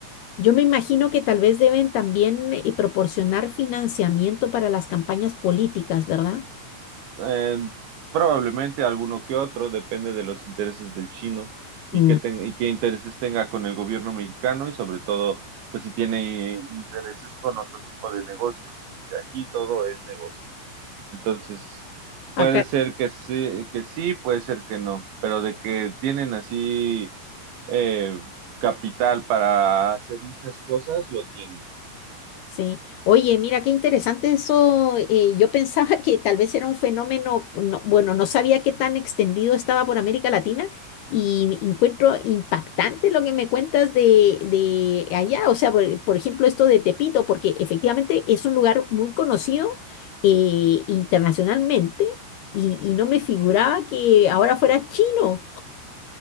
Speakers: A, on the left (about 65°); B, on the right (about 65°).
A: Yo me imagino que tal vez deben también eh, proporcionar financiamiento para las campañas políticas, ¿verdad?
B: Eh, probablemente alguno que otro, depende de los intereses del chino y
A: Mm.
B: qué, ten- y qué intereses tenga con el gobierno mexicano y sobre todo, pues si tiene intereses con otro tipo de negocios, porque aquí todo es negocio. Entonces, puede
A: Acá
B: ser que sí, que sí, puede ser que no, pero de que tienen así eh, capital para hacer muchas cosas, lo tienen.
A: Sí, oye, mira qué interesante eso. eh, yo pensaba que tal vez era un fenómeno, no- bueno, no sabía qué tan extendido estaba por América Latina y encuentro impactante lo que me cuentas de, de allá. O sea, por, por ejemplo, esto de Tepito, porque efectivamente es un lugar muy conocido eh, internacionalmente y, y no me figuraba que ahora fuera chino.